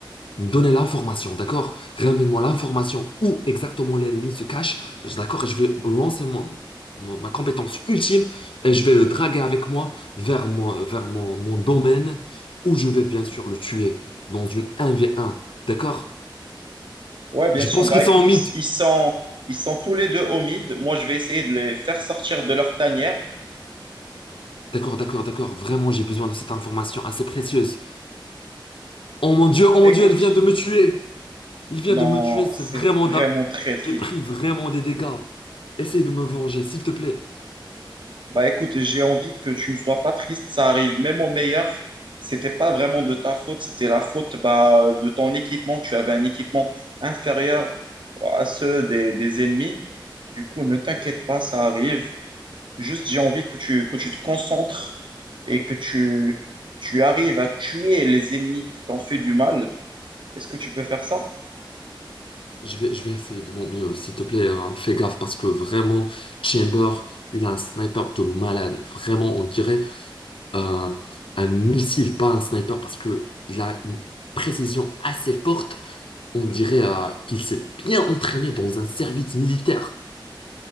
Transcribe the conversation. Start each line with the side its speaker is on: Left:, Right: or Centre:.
Left: Donnez l'information, d'accord? Ramène-moi l'information où exactement l'ennemi se cache, d'accord? Et je vais lancer mon, mon- ma compétence ultime et je vais le draguer avec moi vers mon, vers mon, mon domaine où je vais bien sûr le tuer dans une 1v1, d'accord?
Right: ouais, bien
Left: Je
Right: sûr.
Left: pense
Right: Bah
Left: qu'ils
Right: écoute,
Left: sont en mythe.
Right: ils, ils sont, ils sont tous les deux au mid. Moi, je vais essayer de les faire sortir de leur tanière.
Left: D'accord, d'accord, d'accord. Vraiment, j'ai besoin de cette information assez précieuse. Oh mon Dieu, oh mon
Right: Écoute,
Left: Dieu, elle vient de me tuer. Il vient
Right: non,
Left: de me tuer, c'est
Right: c'est
Left: vraiment...
Right: vraiment
Left: da-
Right: très triste.
Left: J'ai pris vraiment des dégâts. Essaye de me venger, s'il te plaît.
Right: Bah écoute, j'ai envie que tu ne sois pas triste, ça arrive même au meilleur. C'était pas vraiment de ta faute, c'était la faute bah, de ton équipement. Tu avais un équipement inférieur à ceux des, des ennemis. Du coup, ne t'inquiète pas, ça arrive. Juste, j'ai envie que tu, que tu te concentres et que tu, tu arrives à tuer les ennemis qui t'ont fait du mal. Est-ce que tu peux faire ça?
Left: Je vais, je vais essayer de mon mieux, s'il te plaît, hein. Fais gaffe parce que vraiment, Chamber, il a un sniper de malade. Vraiment, on dirait euh, un missile, pas un sniper, parce que il a une précision assez forte. On dirait euh, qu'il s'est bien entraîné dans un service militaire.